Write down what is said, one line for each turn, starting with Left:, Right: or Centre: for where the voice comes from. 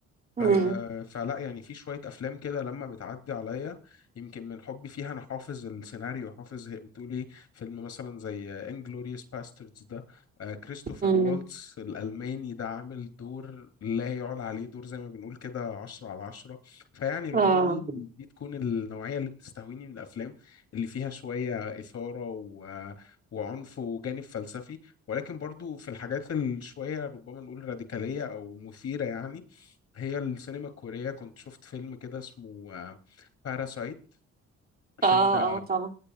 Right: مم.
Left: آه، فلا يعني في شوية أفلام كده لما بتعدي عليا يمكن من حبي فيها أنا حافظ السيناريو حافظ هي بتقول إيه فيلم مثلا زي انجلوريوس باستردز ده آه، كريستوفر
Right: مم.
Left: والتس الألماني ده عامل دور لا يعلى عليه دور زي ما بنقول كده عشرة على عشرة فيعني ربما
Right: اه
Left: دي دي تكون النوعية اللي بتستهويني من الأفلام اللي فيها شوية إثارة و وعنف وجانب فلسفي ولكن برضو في الحاجات الشوية ربما نقول راديكالية أو مثيرة يعني هي السينما الكورية كنت شفت فيلم كده اسمه باراسايت الفيلم
Right: اه
Left: ده
Right: اه طبعا